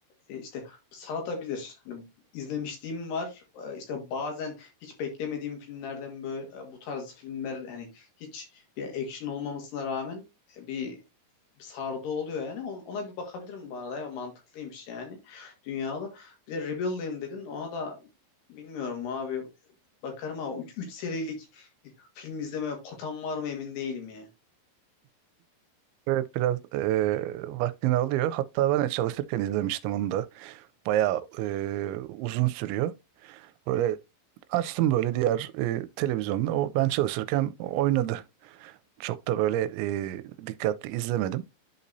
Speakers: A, on the left (about 65°); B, on the right (about 85°).
A: e, işte saratabilir. Hani izlemişliğim var. E, işte bazen hiç beklemediğim filmlerden böyle e, bu tarz filmler hani hiç bir action olmamasına rağmen e, bir sardı oluyor yani. On- Ona bir bakabilirim bu arada ya mantıklıymış yani dünyalı. Bir de Rebellion dedin ona da bilmiyorum abi bakarım ama 3 serilik e, film izleme kotam var mı emin değilim ya.
B: Evet biraz e, vaktini alıyor. Hatta ben de çalışırken izlemiştim onu da. Bayağı e, uzun sürüyor. Böyle açtım böyle diğer e, televizyonda. O ben çalışırken oynadı. Çok da böyle e, dikkatli izlemedim.